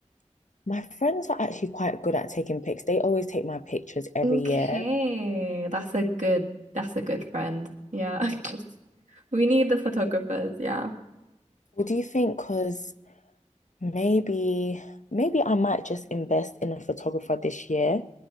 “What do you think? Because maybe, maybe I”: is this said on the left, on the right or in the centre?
Left